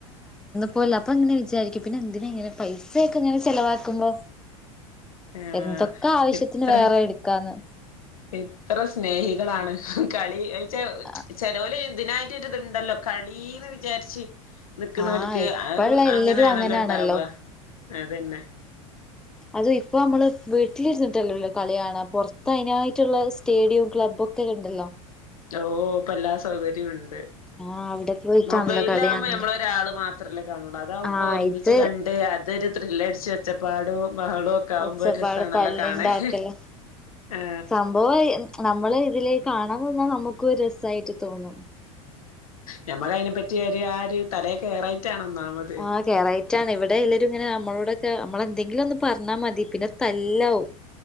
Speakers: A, in the centre; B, on the left.
A: പോൽ അപ്പങ്ങനെ വിചാരിക്കും പിന്നെന്തിനങ്ങനെ പൈസയൊക്കെ ഇങ്ങനെ ചെലവാക്കുമ്പോ
B: ആഹ്
A: എന്തൊക്കാവശ്യത്തിന്
B: ഇത്ര
A: വേറെട് ക്കാന്ന്
B: ഇത്ര സ്നേഹികളാണ് കളി ഏച്ചാ
A: ആ
B: ചെലോല് ത്നായിട്ടൊര് ത്ണ്ടല്ലോ കളിന്ന് വിചാരിച്ച് നിക്ക്ലോൽക്ക്‌
A: ആഹ് ഇപ്പള്ള
B: അത്
A: എല്ലരും
B: അങ്ങനെണല്ലോ
A: അങ്ങനാണല്ലോ
B: ണ്ടാവ അതെന്നെ
A: അതും പ്പ ഞമ്മള് വീട്ടിലിരുന്ന്ട്ടല്ലല്ലോ കളിയാണ പൊർത്ത് അയ്നായ്ട്ട്ള്ള സ്റ്റേഡിയോം ക്ലബ്ബ് ബൊക്കെ കണ്ടല്ലോ
B: ഓ പ്പെല്ലാ സൗകര്യു ണ്ട്
A: ആഹ് അവിടെ പോയിട്ടാണല്ലോ
B: മൊബൈലാവുമ്പം
A: കളി കാണല്
B: ഞമ്മളൊരാള് മാ ത്രല്ലെ കാണുള്ളൂ അതാകുമ്പോ
A: ആഹ്
B: ഒരുമിച്ച്
A: ഇത്
B: കണ്ട് അതൊരു ത്രില്ലടിച്ച് ഒച്ചപ്പാടും ബഹളോ ക്കാവുമ്പോ
A: ഒച്ചപ്പാട്
B: ഒരെസാണല്ലോ
A: തല്ല്ണ്ടാക്കല്
B: കാണാൻ ആ
A: സംഭവം നമ്മള് ഇതില് കാണാനിന്നാ നമ്മക്കും രസായിട്ട് തോന്നും
B: ഞമ്മളയ്നെ പറ്റി ഒരു ആ ഒരു തലേ കേറായിട്ടാണൊന്നാമത്
A: ആ കേറായി റ്റാണ് ഇവിടെ എല്ലരും ങ്ങനെ ഞമ്മളോടൊക്കെ ഞമ്മളെന്തെങ്കിലൊന്ന് പറഞ്ഞാ മതി പിന്നെ തല്ലാവും